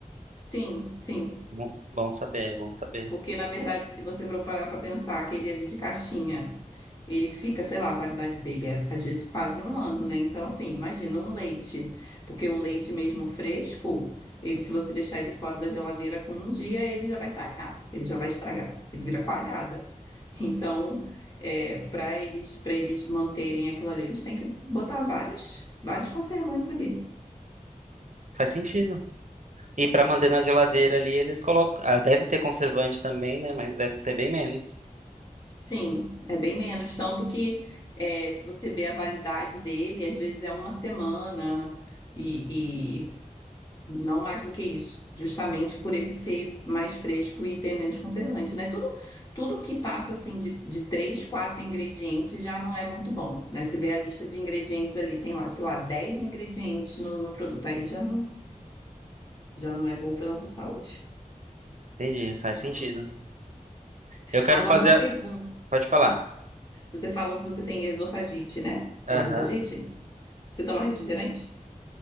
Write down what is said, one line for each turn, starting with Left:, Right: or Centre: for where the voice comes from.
Left: Sim, sim.
Right: Bom, bom saber, bom saber.
Left: Porque, na verdade, se você for parar para pensar, aquele ali de caixinha, Ele fica, sei lá, a validade dele é às vezes quase um ano, né? Então, assim, imagina um leite, porque o leite mesmo fresco, ele, se você deixar ele fora da geladeira com um dia, ele já vai talhar, ele já vai estragar, ele vira coalhada. <laughs> Então, é, para eles, para eles manterem aquilo ali, eles têm que botar várias, vários conservantes ali.
Right: Faz sentido. E para
Left: É.
Right: manter na geladeira ali, eles colocam. Ah, deve ter conservante também, né? Mas deve ser bem menos.
Left: Sim, é bem menos, tanto que é, se você vê a validade dele, às vezes é uma semana e, Não mais do que isso, justamente por ele ser mais fresco e ter menos conservante, né? Tudo, tudo que passa assim de, de três, quatro ingredientes já não é muito bom, né? Você vê a lista de ingredientes ali, tem lá, sei lá, 10 ingredientes no, no produto, aí já não, já não é bom para nossa saúde.
Right: Entendi, faz
Left: Então,
Right: sentido. Eu quero
Left: agora
Right: fazer.
Left: uma pergunta.
Right: a- Pode falar.
Left: Você falou que você tem esofagite, né?
Right: Aham.
Left: É esofagite? Você toma refrigerante?